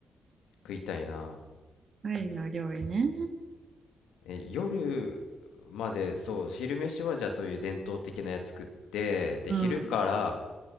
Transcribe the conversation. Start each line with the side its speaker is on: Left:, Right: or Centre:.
Left: 食いたいな
Right: バリの料理ね。
Left: え夜までそう昼飯はじゃあそういう伝統的なやつ食ってで昼から
Right: うん